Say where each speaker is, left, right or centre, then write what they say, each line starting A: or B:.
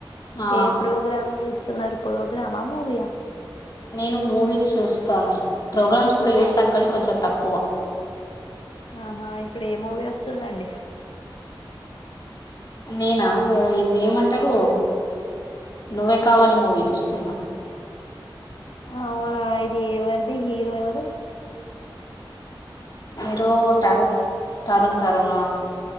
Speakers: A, on the left; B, on the left.
A: ఆ
B: ఏ ప్రోగ్రామ్ చుస్ సున్నారు ప్రోగ్రామా మూవీయా
A: నేను మూవీస్ చూస్తాను ప్రోగ్రామ్స్ కూడా చూస్తాను కానీ కొంచెం తక్కువ
B: ఆహా ఇప్పుడు ఏ మూవీ వస్తుందండి.
A: నేనా ఇగో ఇదేమంటారు నువ్వే కావాలి మూవీ చూస్తున్నా
B: అవునా ఇది ఎవరిది హీరో ఎవరు
A: మీరు తారు తరుణ్ తరుణ